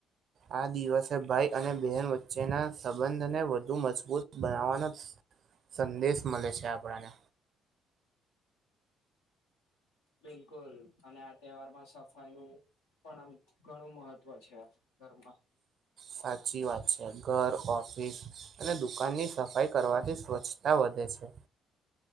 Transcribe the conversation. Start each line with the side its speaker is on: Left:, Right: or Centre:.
Right: આ દિવસે ભાઈ અને બહેન વચ્ચેના સંબંધને વધુ મજબૂત બનાવવાનો સંદેશ મલે છે, આપણને
Left: બિલકુલ અને આ તહેવારમાં સફ નું પણ આમ ઘણું મહત્વ છે, ઘરમાં
Right: સાચી વાત છે, ઘર ઓફિસ અને દુકાન ની સફાઈ કરવાથી સ્વચ્છતા વધે છે,